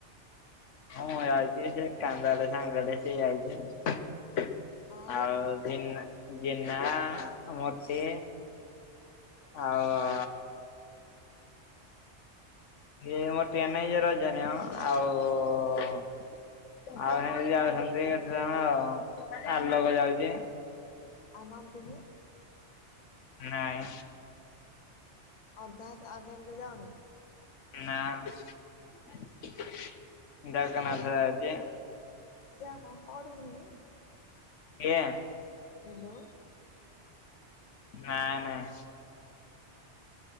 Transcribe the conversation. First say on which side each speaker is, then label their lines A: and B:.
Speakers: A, on the left; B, on the left.
A: ହଁ ଯାଉଚି ସେ କାନ୍ଦାଡେ ସାଙ୍ଗ ଟେ ସେ ଯାଉଚି।
B: ଆଉ
A: ଆଉି ଦିନ ଦିନା ମତି ଆଉ ଆ ହେ ଆମ ଟେନାଇ ଜର ଜଣେ ଅ ଆଉ ଆଉ ସେମିତି ଯାଉଛନ୍ତି କେତେ ଜଣ ଆଉ ଆଲୋକ ଯାଉଚି।
B: ଆନନ୍ଦିନୀ।
A: ନାଇଁ
B: ଅଦା ହାତ ଆଉ ଜଲୁଲି ଯାଉନି?
A: ନା। ଜଗନ୍ନାଥ
B: ସେ ଆଉ କଁ
A: ଯାଉଛି
B: ସେଆ କଁ ପଢୁନେଇ?
A: ୟା
B: ହେଲୋ।
A: ନାଇଁ ନାଇଁ।